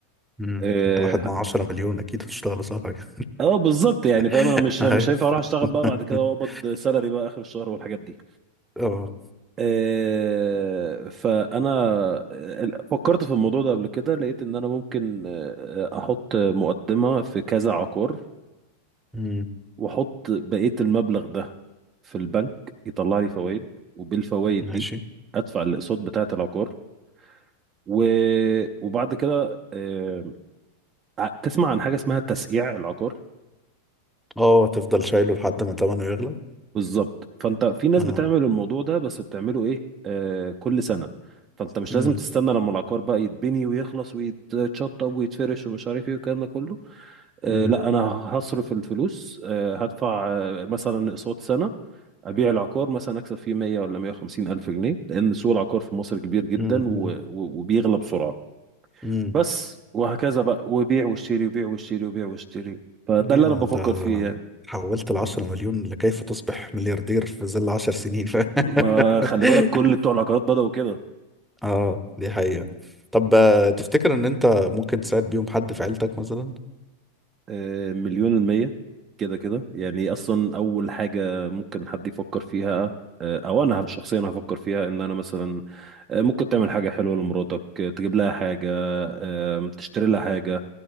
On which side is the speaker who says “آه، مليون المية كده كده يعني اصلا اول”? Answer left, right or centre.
Right